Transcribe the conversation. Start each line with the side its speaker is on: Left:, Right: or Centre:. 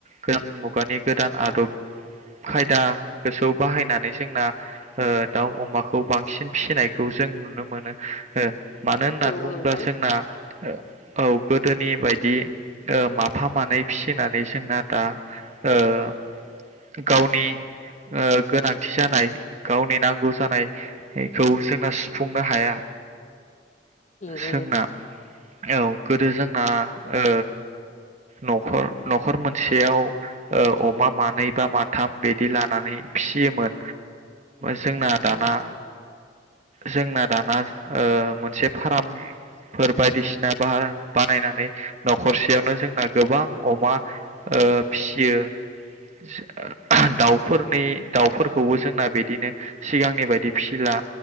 Right: गोदान मुगानि गोदान आदब खायदाखोसो बाहायनानै जोंना ओ दाउ अमाखौ बांसिन फिसिनायखौ जों नु नुनो मोनो ओ मानो होननानै
Left: नंगौ
Right: बुंबा
Left: नोंथां
Right: जोंना ओ औ गोदोनि बायदि ओ माफा मानै फिसिनानै जोंना दा ओ गावनि ओ गोनांथि जानाय गावनि नांगौ जानायखौ जोंना सु फुंनो हाया
Left: नंगौ
Right: सोंना औ गोदो जोंना ओ नखर नखर मोनसेयाव ओ अमा मानै बा माथाम बिदि लानानै फिसियोमोन। जोंना दाना
Left: नोंथां
Right: जोंना दाना ओ मोनसे फाराम फोर बायदिसिना बा बानायनानै नखरसेयावनो जोंना गोबां अमा ओ फियो ओ दाउफोरनि दाउफोरखौबो जोंना बिदिनो सिगांनि बायदि फिसिला